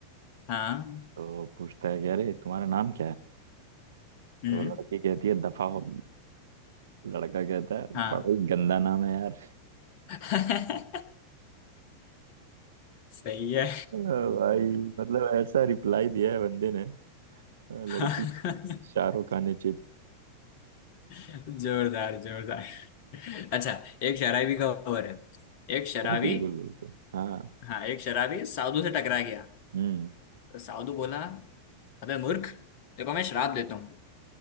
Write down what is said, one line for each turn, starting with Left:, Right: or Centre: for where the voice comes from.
Left: हाँ
Right: तो पूछता है कि अरे तुम्हारा नाम क्या है
Left: हम्म
Right: तो लड़की कहती है दफा हो लड़का कहता है
Left: हाँ
Right: बड़ा ही गंदा नाम है यार
Left: <laughs> सही है
Right: अरे भाई मतलब ऐसा रिप्लाई दिया है बंदे ने अ, लड़की
Left: <laughs>
Right: शाहरुख खान ने चित
Left: जोरदार जोरदार अच्छा एक शराबी का ओवर है एक शराबी
Right: अरे बिल्कुल बिल्कुल हाँ
Left: हाँ एक शराबी साधु से टकरा गया
Right: हम्म
Left: तो साधु बोला अबे मूर्ख देखो मैं शराब देता हूँ